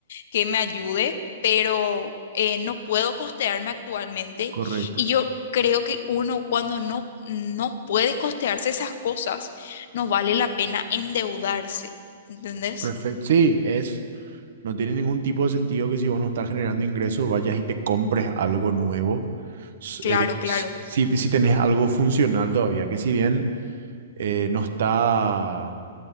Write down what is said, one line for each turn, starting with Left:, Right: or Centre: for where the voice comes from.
Left: que me ayude, pero eh, no puedo costearme actualmente.
Right: correcto.
Left: Y yo creo que uno cuando no, no puede costearse esas cosas, no vale la pena endeudarse. ¿Entendés?
Right: Perfecto. Sí, es, no tiene ningún tipo de sentido que si vos no estás generando ingresos, vayas y te compres algo nuevo. S-
Left: Claro,
Right: eh,
Left: claro.
Right: s- si, si tenés algo funcional todavía, que si bien eh, no está